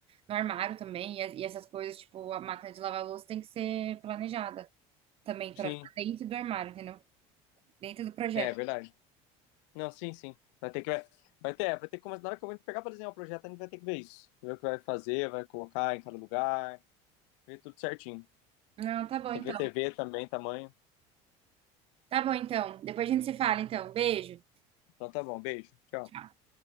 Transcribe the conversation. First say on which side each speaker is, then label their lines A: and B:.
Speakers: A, on the right (about 40°); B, on the left (about 85°).
A: no armário também, e, as- e essas coisas, tipo, a máquina de lavar louça tem que ser planejada também,
B: Sim,
A: pra ficar dentro do armário, entendeu? Dentro do projeto.
B: é é verdade. Não, sim, sim. Vai ter que vai, vai ter, é, vai ter que começar na hora que eu vou pegar pra desenhar o projeto, a gente vai ter que ver isso. Ver o que vai fazer, vai colocar em cada lugar, ver tudo certinho.
A: Não, tá bom então.
B: Tem que ver TV também, tamanho.
A: Tá bom então. Depois a gente se fala então. Beijo.
B: Então tá bom, beijo. Tchau.
A: Tchau.